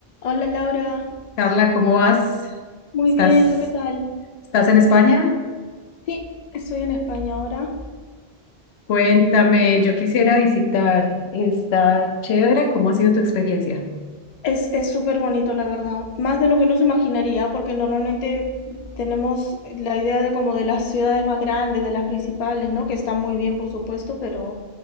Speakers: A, on the left; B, on the left.
A: Hola Laura,
B: Carla, ¿cómo vas?
A: muy
B: ¿Estás,
A: bien, ¿tú qué tal?
B: estás en España?
A: Sí, estoy en España ahora.
B: Cuéntame, yo quisiera visitar. Está chévere. ¿Cómo ha sido tu experiencia?
A: Es, es súper bonito, la verdad. Más de lo que uno se imaginaría, porque normalmente tenemos la idea de como de las ciudades más grandes, de las principales, ¿no? Que están muy bien, por supuesto, pero,